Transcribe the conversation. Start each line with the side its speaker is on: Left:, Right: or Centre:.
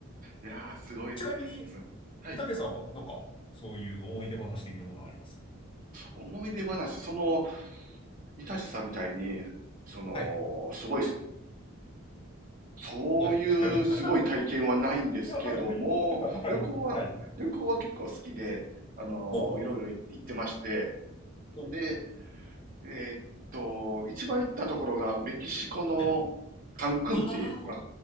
Right: いやー、すごいですね。
Left: ちなみに、
Right: はい。
Left: たけさんは、なんか、そういう思い出話的なものあります
Right: 思い出話、その、いたしさんみたいに、その、
Left: はい。
Right: すごい、そういうすごい体験はないんですけども、
Left: いや、<laughs> はい。
Right: 旅行は、
Left: はい。はい。
Right: 旅行は結構好きで、あのーいろいろ行ってまして、
Left: ほうほう。お、
Right: で、えーっと、一番行ったところがメキシコのカンクンってわ
Left: はい。あ